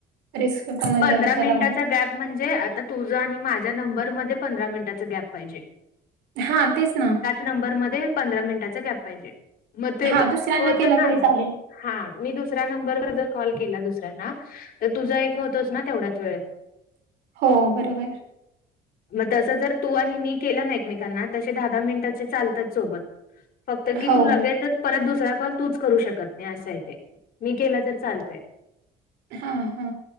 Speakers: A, on the right (about 90°); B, on the left (about 60°).
A: रिस्क नको म्हणलं
B: पंधरा
A: कशाला
B: मिनट
A: उगच
B: गॅप म्हणजे आता तुझं आणि माझ्या नंबरमध्ये पंधरा मिनिटाच गॅप पाहिजे
A: हा तेच ना म
B: नंबर मध्ये पंधरा मिनिटाचा गॅप पाहिजे मग ते
A: हा दुसऱ्यांना
B: होत
A: केलं
B: ना
A: तरी चालेल.
B: हा मी दुसऱ्या नंबरवर जर कॉल केला दुसऱ्यांना तर तुझं एक होतोच ना तेवढ्याच वेळ
A: हो बरोबर आहे
B: मग तसं जर तू आणि मी केलं ना एकमेकांना तसे दहा, दहा मिनिटाचे चालतात सोबत फक्त की
A: हो
B: तू लगेचच परत दुसरा कॉल तूच करू शकत नाही असं आहे ते मी केलं तर चालतंय
A: ह, ह